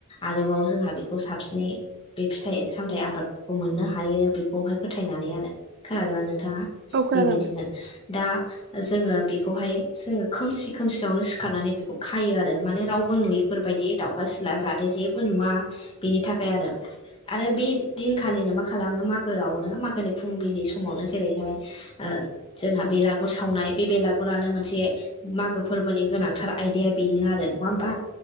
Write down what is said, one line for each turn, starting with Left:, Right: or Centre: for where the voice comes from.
Left: आरोबाव जोंहा बेखौ साबसिनै बे फिथाइ सामथाइ आबाद खौ मोननो हायो बेखौहाय फोथायनानै आरो खोनादोंना नोंथाङा
Right: औ खोनादों
Left: बेबायदिनो
Right: नोंथां
Left: दा जोङो बेखौहाय जोङो खोमसि खोमसियावनो सिखारनानै बेखौ खायो आरो माने रावबो नुयोफोरबायदि दाउ खा सिला जाहाथे जेबो नुवा बिनि थाखाय आरो आरो बे दिन खा लिनो मा खालामो मागोआवनो मागोनि फुंबिलि समावनो जेरैहाय ओ जोंहा बेलागुर सावनाय बे बेलागुरानो मोनसे मागो फोरबोनि गोनांथार आयदाया बेनो आरो नङा होमबा